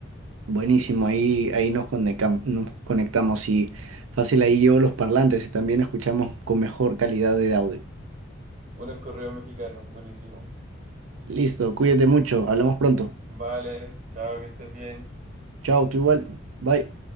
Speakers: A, on the right (about 85°); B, on the right (about 35°).
A: Buenísimo, ahí, ahí nos conectam- nos conectamos y fácil ahí llevo los parlantes y también escuchamos con mejor calidad de audio.
B: Buenos correos mexicanos, buenísimo.
A: Listo, cuídate mucho, hablamos pronto.
B: Vale, chao, que estés bien.
A: Chao, tú igual, bye.